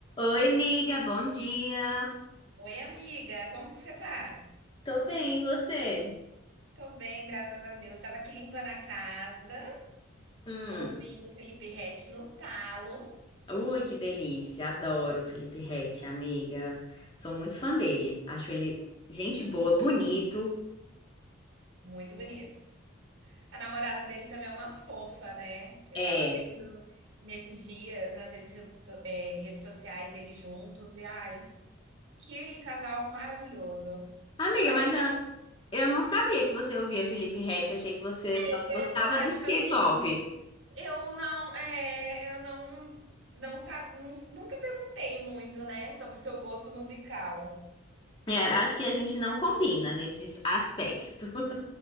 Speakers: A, on the left (about 25°); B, on the right (about 60°).
A: Oi, amiga, bom dia.
B: Oi, amiga, como que você tá?
A: Tô bem, e você?
B: Tô bem, graças a Deus. Tava aqui limpando a casa,
A: Hum,
B: ouvindo Felipe Ret no talo.
A: ui, que delícia. Adoro o Felipe Ret, amiga. Sou muito fã dele. Acho ele gente boa, bonito.
B: Muito bonito. A namorada dele também é uma fofa, né? Eu
A: É.
B: tava vendo nesses dias nas redes, so- eh, redes sociais eles juntos e ai, que casal maravilhoso.
A: Amiga,
B: Mas
A: mas
B: a gente
A: ah, eu, não sabia que você ouvia Felipe Ret. Achei que você
B: é
A: só
B: isso que eu
A: gostava
B: ia falar,
A: do
B: tipo
A: K-pop.
B: assim, eu não, é, eu não, não sabe, nunca perguntei muito, né, sobre o seu gosto musical.
A: É, acho que a gente não combina nesse aspecto. <laughs>